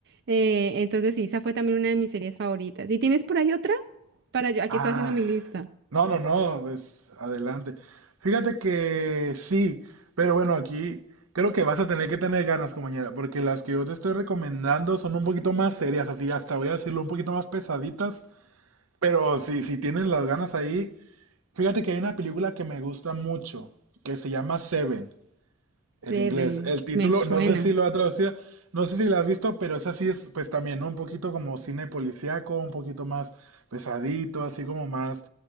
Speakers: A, on the right; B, on the right.
A: Eh, entonces sí, esa fue también una de mis series favoritas. ¿Y tienes por ahí otra? Para yo, aquí
B: Ah,
A: estoy haciendo mi lista.
B: no, no, no, pues adelante. Fíjate que sí, pero bueno, aquí creo que vas a tener que tener ganas, compañera, porque las que yo te estoy recomendando son un poquito más serias, así hasta voy a decirlo, un poquito más pesaditas, pero si, si tienes las ganas ahí, fíjate que hay una película que me gusta mucho, que se llama Seven. En
A: Seven,
B: inglés. El título,
A: me suena.
B: no sé si lo ha traducido, no sé si lo has visto, pero esa sí es, pues también, ¿no? Un poquito como cine policíaco, un poquito más pesadito, así como más.